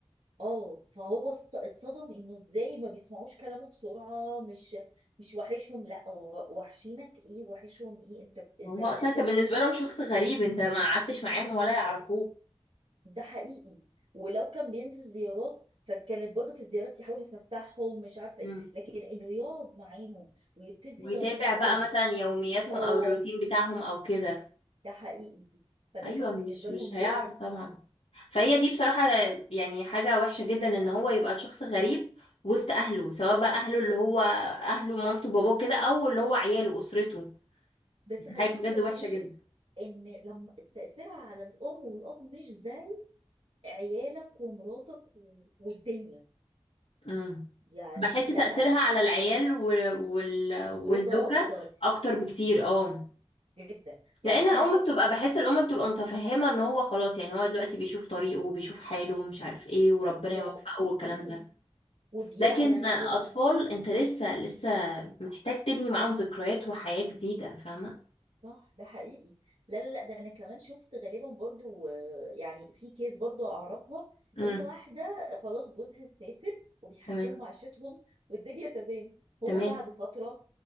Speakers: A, on the right (about 65°); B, on the left (about 80°).
A: اه فهو است- اتصدم انه ازاي ما بيسمعوش كلامه بسرعه مش مش وحشهم لا هو وحشينك ايه وحشهم ايه انت انت
B: هو
A: لو
B: اصلا
A: شافوك
B: انت بالنسبه لهم شخص غريب انت ما قعدتش معاهم ولا يعرفوك
A: ده حقيقي ولو كان بينزل زيارات فكانت برضه في الزيارات يحاول يفسحهم مش عارفه
B: مم.
A: ايه لكن انه يقعد معاهم ويبتدي
B: ويتابع
A: ينتقد
B: بقى مثلا يومياتهم
A: اه
B: او الروتين بتاعهم او كده
A: ده حقيقي فده
B: ايوه
A: كان بالنسبه
B: مش مش
A: لهم
B: هيعرف
A: لود
B: طبعا فهي دي بصراحه يعني حاجه وحشه جدا ان هو يبقى الشخص غريب وسط اهله سواء بقى اهله اللي هو اهله مامته باباه كده او اللي هو عياله اسرته
A: بس
B: دي
A: خلينا
B: حاجه بجد
A: متفقين
B: وحشه جدا
A: ان لما تاثيرها على الام والاب مش زي عيالك ومراتك و- والدنيا
B: امم
A: يعني
B: بحس تأثيرها
A: لا
B: على العيال و- وال...
A: والزوجة
B: والزوجة
A: أكتر
B: أكتر بكتير اه
A: جدا يعني
B: لأن الأم
A: أنا شفت
B: بتبقى بحس الأم بتبقى متفهمة إن هو خلاص يعني هو دلوقتي بيشوف طريقه وبيشوف حاله ومش عارف إيه وربنا
A: و...
B: يوفقه والكلام
A: أيوه
B: ده
A: وبيعلى
B: لكن أطفال
A: وب...
B: أنت لسه لسه محتاج تبني معاهم ذكريات وحياة جديدة فاهمة؟
A: صح ده حقيقي لا لا لا ده أنا كمان شفت غالبا برضو آه، يعني في كيس برضو أعرفها
B: امم
A: إن واحدة خلاص جوزها سافر وبيحسنوا
B: تمام
A: معيشتهم والدنيا تمام هو
B: تمام
A: بعد فترة